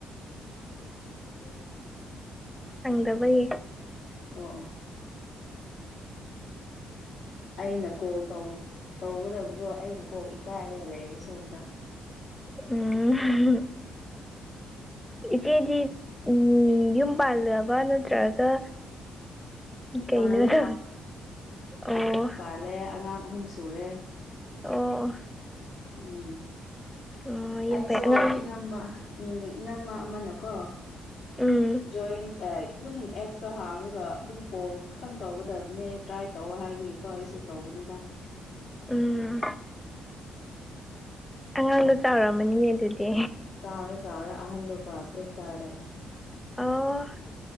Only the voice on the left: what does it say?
<unintelligible>
ꯑꯣ ꯑꯣ ꯑꯩꯅ ꯀꯣꯜ ꯇꯧꯒꯗꯕꯗꯣ ꯑꯩꯅ ꯀꯣꯛ ꯏꯀꯥꯏꯔꯒ ꯂꯩꯕ ꯁꯣꯝꯗ
ꯄꯥꯜꯂꯦ
ꯆꯂꯦ ꯑꯉꯥꯡ ꯑꯍꯨꯝ ꯁꯨꯔꯦ
ꯎꯝ
ꯑꯩꯁꯨ
ꯏꯅꯝꯃ ꯎꯝ ꯏꯅꯝꯃ ꯑꯃꯅꯀꯣ
ꯖꯣꯏꯟ ꯑꯗꯨꯝ ꯑꯦꯞꯁꯇꯣ ꯍꯥꯡꯂꯒ ꯑꯗꯨꯝ ꯀꯣꯜ ꯈꯛꯇꯪ ꯇꯧꯒꯗꯕꯅꯦ ꯇ꯭ꯔꯥꯏ ꯇꯧ ꯍꯥꯏꯕꯒꯤ ꯀꯣꯏꯁꯨ ꯇꯧꯧꯕꯅꯤꯗ
ꯆꯥꯎꯔꯦ ꯆꯥꯎꯔꯦ ꯑꯍꯟꯗ ꯀ꯭ꯂꯋꯥꯥꯁ ꯑꯦꯠ ꯀꯥꯔꯦ